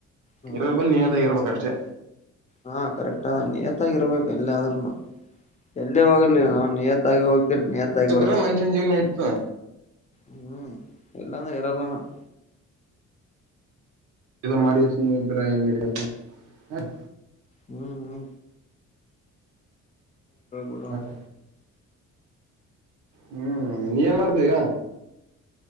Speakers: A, on the left (about 25°); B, on the right (about 80°).
A: ಹ್ಮ್
B: ಇರೋದಲ್ಲಿ ನಿಯತ್ತಾಗಿ ಇರ್ಬೇಕಷ್ಟೇ.
A: ಹಾ ಕರೆಕ್ಟ್ ಅದಾನೆ ನಿಯತ್ತಾಗಿ ಇರ್ಬೇಕು ಎಲ್ಲಾದ್ರೂನು. ಎಲ್ಲೇ ಹೋಗ್ಲಿ ಅವ್ ನಿಯತ್ತಾಗಿ ಹೋಗ್ತಿರಿ ನಿಯತ್ತಾಗಿ
B: ನಿಯತ್ತಿದ್ರ
A: ಬರ್ಬೇಕ್.
B: ಮನುಷ್ಯನ ಜೀವನ ನಡಿತದ
A: ಹ್ಮು ಇಲ್ಲಾಂದ್ರ ಇರಲ್ಲ ನಾವ್.
B: ಇದ್ <unintelligible>
A: ಹ್ಮು ಹ್ಮು. ಬಿಡೋಣ
B: ಯಾಕ್ ಹ್ಮು ನೀ ಏನ್ ಮಾಡ್ತಿ ಈಗ.